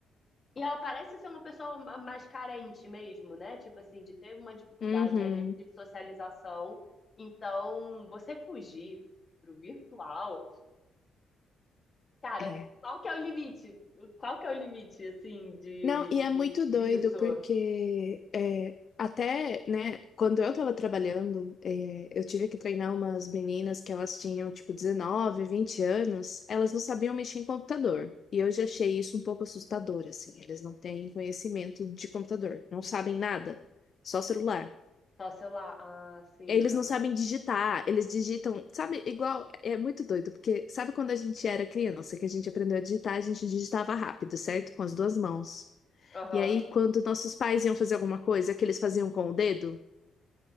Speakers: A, on the left (about 35°); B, on the left (about 50°).
A: e ela parece ser uma pessoa ma- mais carente mesmo, né? Tipo assim, de ter uma dificuldade
B: Uhum.
A: ali de socialização. Então, você fugir pro virtual, cara,
B: É.
A: qual que é o limite? Qual que é o limite, assim, de,
B: Não, e
A: de,
B: é muito
A: disso?
B: doido, porque é, até, né, quando eu tava trabalhando, é, eu tive que treinar umas meninas que elas tinham, tipo, 19, 20 anos, elas não sabiam mexer em computador. E eu já achei isso um pouco assustador, assim, eles não têm conhecimento de computador, não sabem nada, só celular.
A: Só celular. Ah, sim,
B: Eles
A: aham.
B: não sabem digitar, eles digitam, sabe, igual, é muito doido, porque sabe quando a gente era criança, que a gente aprendeu a digitar, a gente digitava rápido, certo? Com as duas mãos.
A: Aham.
B: E aí, quando nossos pais iam fazer alguma coisa que eles faziam com o dedo,